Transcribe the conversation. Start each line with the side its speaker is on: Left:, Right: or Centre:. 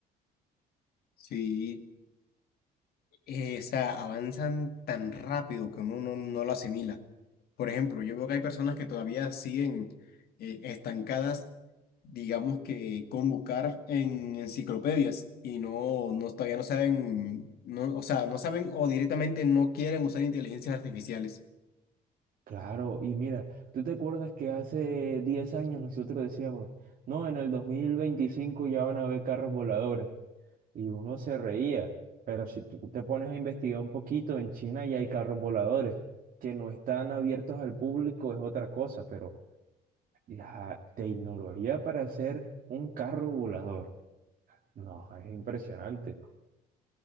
Left: Sí, eh, o sea, avanzan tan rápido que uno no, no lo asimila. Por ejemplo, yo veo que hay personas que todavía siguen eh, estancadas, digamos que con buscar en enciclopedias y no, no todavía no saben, no, o sea, no saben o directamente no quieren usar inteligencias artificiales.
Right: Claro, y mira, ¿tú te acuerdas que hace 10 años nosotros decíamos, no, en el 2025 ya van a haber carros voladores? y uno se reía. Pero si tú te pones a investigar un poquito, en China ya hay carros voladores que no están abiertos al público, es otra cosa, pero la tecnología para hacer un carro volador, no, es impresionante.